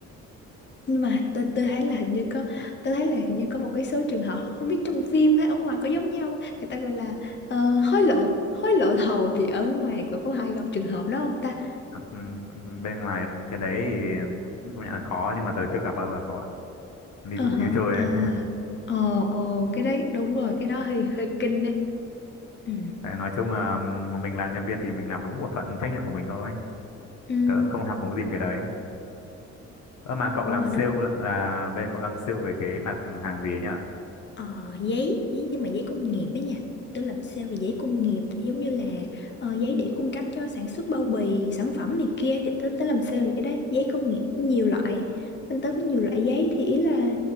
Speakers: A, on the left; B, on the left.
A: nhưng mà tôi tôi thấy là hình như có tôi thấy là hình như có một cái số trường hợp không biết trong phim hay ở ngoài có giống nhau người ta gọi là ờ, hối lộ hối lộ thầu thì ở ngoài có có hay gặp trường hợp đó không ta
B: Ừm, bên ngoài cái đấy thì cũng công nhận là có nhưng mà tớ chưa gặp bao giờ cậu ạ đi
A: ờ
B: tù
A: hả
B: như chơi
A: ờ
B: ấy <laughs>
A: ờ ờ, cái đấy đúng rồi cái đó hơi hơi kinh đấy ừ.
B: Đấy, nói chung là mình làm nhân viên thì mình làm đúng bổn phận trách nhiệm của mình thôi
A: Ừ,
B: tớ cũng không ham hố gì một cái đấy ơ mà cậu
A: đúng
B: làm
A: rồi
B: sale
A: đúng
B: là là bây giờ cậu đang sale về cái mặt hàng gì ấy nhỉ
A: Ờ, giấy giấy nhưng mà giấy công nghiệp ấy nha tôi làm sale về giấy công nghiệp giống như là ờ, giấy để cung cấp cho sản xuất bao bì sản phẩm này kia thì tôi tới làm sale về cái đấy giấy công nghiệp nhiều loại bên tớ có nhiều loại giấy thì ý là